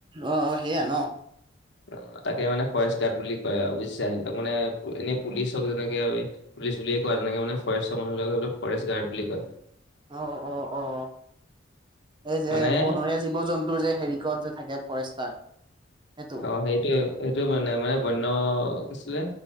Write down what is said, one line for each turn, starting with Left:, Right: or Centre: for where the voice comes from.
Right: অঁ অঁ হেইয়া ন।
Left: অঁ তাকে মানে ফৰেষ্ট গাৰ্ড বুলি কয় আৰু বুজিছা হিনতক মানে এনেই পুলিচক যেনেকে আমি পুলিচ বুলিয়ে কয়, তেনেকে মানে ফৰেষ্টৰ মানুহবিলাকক এইবিলাক ফৰেষ্ট গাৰ্ড বুলি কয়।
Right: অঁ অ অ এই যে
Left: মানে
Right: বনৰীয়া জীৱ জন্ ন্তু যে হেৰিকত যে থাকে ফৰেষ্টাৰ। সেইটো
Left: অঁ সেইটো সেইটো মানে মানে বন্য কি আছিলে?